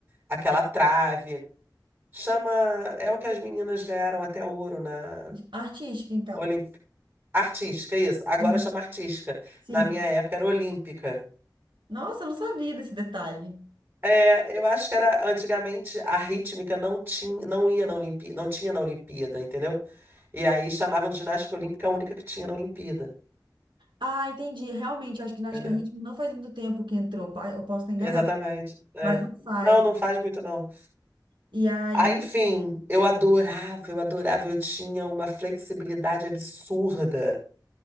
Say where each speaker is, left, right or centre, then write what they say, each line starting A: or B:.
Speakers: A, on the right; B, on the right.
A: aquela trave. Chama. É o que as meninas ganharam até ouro na.
B: artística, então.
A: Olimp... Artística, isso. Agora
B: aham.
A: chama artística.
B: Sim.
A: Na minha época era olímpica.
B: Nossa, eu não sabia desse detalhe.
A: É, eu acho que era antigamente a rítmica não tinha, não ia na Olimpíada, não tinha na Olimpíada, entendeu? E aí chamavam de ginástica olímpica a única que tinha na Olimpíada,
B: Ah, entendi. Realmente, acho que ginástica
A: entendeu?
B: rítmica não faz muito tempo que entrou. pa- Eu posso estar enganada,
A: Exatamente. é.
B: mas não faz.
A: Não, não faz muito não.
B: E aí
A: Aí, enfim, eu adorava, eu adorava, eu tinha uma flexibilidade absurda.